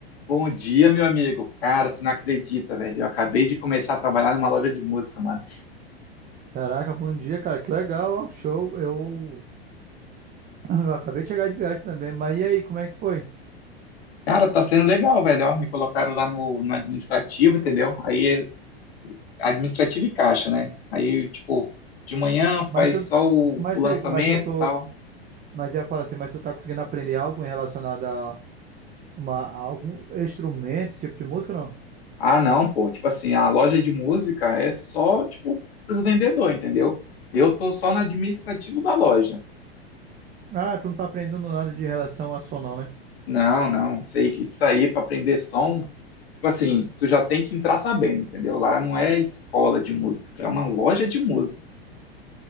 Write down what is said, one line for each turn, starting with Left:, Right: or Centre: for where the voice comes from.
Left: Bom dia, meu amigo. Cara, você não acredita, velho. Eu acabei de começar a trabalhar numa loja de música, mano.
Right: Caraca, bom dia, cara. Que legal, ó. Show. Eu, <clears throat> eu acabei de chegar de viagem também. Mas e aí, como é que foi?
Left: Cara, tá sendo legal, velho. Ó, me colocaram lá no, no administrativo, entendeu? Aí, administrativo e caixa, né? Aí, tipo, de manhã faz
Right: Mas tu,
Left: só o,
Right: mas,
Left: o
Right: tu-
Left: lançamento
Right: mas eu tô,
Left: e tal.
Right: mas eu ia falar assim, mas tu tá conseguindo aprender algo em relacionado a, uma, a algum instrumento, esse tipo de música, não?
Left: Ah, não, pô. Tipo assim, a loja de música é só, tipo, pro vendedor, entendeu? Eu tô só no administrativo da loja.
Right: Ah, tu não tá aprendendo nada de relação a som, não, né?
Left: Não, não. Isso aí, isso aí é pra aprender som, Tipo assim, tu já tem que entrar sabendo, entendeu? Lá não é escola de música, é uma loja de música,